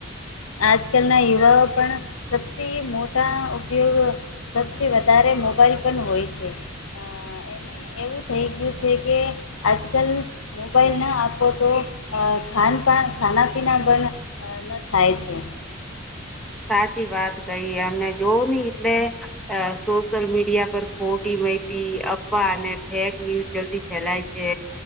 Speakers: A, on the left (about 85°); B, in the centre.
A: આજકાલના યુવાઓ પણ સૌથી મોટા ઉપયોગ સૌથી વધારે મોબાઈલ પણ હોય છે. એને એવું થઈ ગયું છે, કે આજકાલ મોબાઈલ ન આપો તો ખાન પાન ખાનાપીના પણ ન થાય છે
B: સાચી વાત કહી અમને જોવું ઈ એટલે સોશિયલ મીડિયા પર ખોટી માહિતી આપવા અને ફેક ન્યૂઝ જલ્દી ફેલાય છે